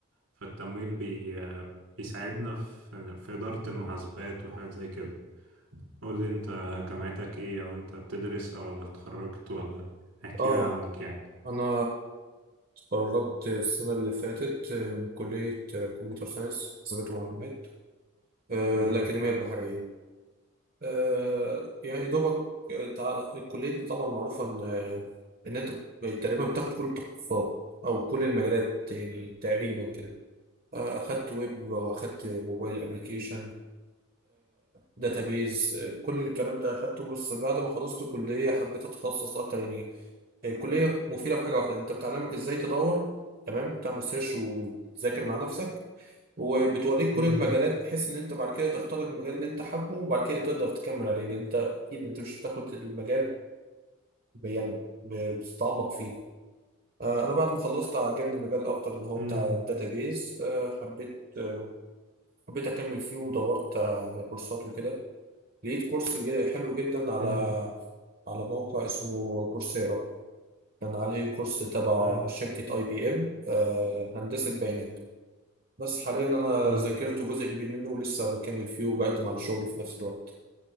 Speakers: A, on the right; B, on the right.
A: فالتمويل بي آه، بيساعدنا في في إدارة المحاسبات وحاجات زي كده قول لي انت جامعتك ايه او انت بتدرس او ولا اتخرجت ولا احكي
B: اه
A: لي عنك يعني
B: انا اتخرجت السنة اللي فاتت آه، من كلية آه، كمبيوتر ساينس حسابات ومعلومات آه،
A: مم.
B: الأكاديمية البحرية آه، يعني يا دوبك آه، تع- كليتنا طبعا معروفة ان آه، ان انت ب- تقريبا بتاخد كل التخصصات او كل المجالات يعني تقريبا كده آه، اخدت ويب واخدت موبايل ابلكيشن داتابيز آه، كل الكلام ده اخدته بس بعد ما خلصت كلية حبيت اتخصص اكتر يعني هي الكلية مفيدة في حاجة واحدة انت بتعلمك ازاي تدور تمام بتعمل سيرش وتذاكر مع نفسك وبتوريك
A: مم.
B: كل المجالات بحيث ان انت بعد كده تختار المجال اللي انت حابه وبعد كده تقدر تكمل عليه لان انت اكيد انت مش بتاخد المجال ب- يعني ب- بتتعمق فيه آه، انا بعد ما خلصت عجبني المجال اكتر اللي هو
A: مم.
B: بتاع الداتابيز آه، حبيت آه، حبيت اكمل فيه ودورت آه، على كورسات وكده لقيت كورس جي- حلو جدا على
A: امم
B: على موقع اسمه كورسيرا كان عليه كورس تبع
A: امم
B: شركة اي بي ام هندسة بيانات بس حاليا انا
A: امم
B: ذاكرت جزء كبير منه ولسه بكمل فيه وبقدم على الشغل في نفس الوقت